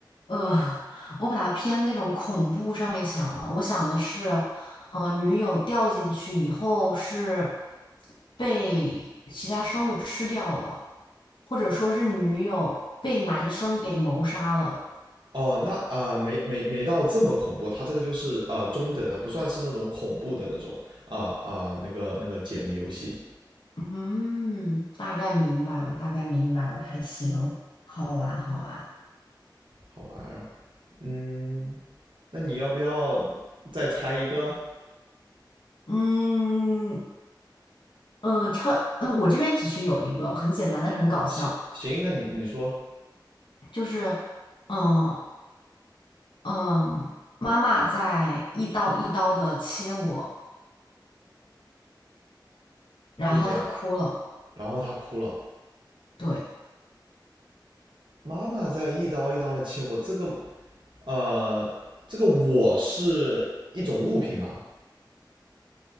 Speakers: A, on the left; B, on the right.
A: 呃，<laughs> 我把它偏那种恐怖上面想了。我想的是，呃，女友掉进去以后是被其他生物吃掉了，或者说是女友被男生给谋杀了。
B: 哦，那呃，没没没到这么恐怖，它这个就是呃中等的，不算是那种恐怖的那种啊啊、呃呃、那个那个解谜游戏，
A: 嗯，大概明白了，大概明白了，还行，好玩，好玩。
B: 好玩儿。嗯，那你要不要再猜一个？
A: 嗯，呃，超，呃我这边其实有一个很简单，但是很搞笑，
B: 行行，那你你说
A: 就是。嗯，嗯，妈妈在一刀一刀的切我，然后她哭了。
B: 就这样。然后他哭了，
A: 对，
B: 妈妈在一刀一刀的切我。这个呃，这个我是一种物品吗？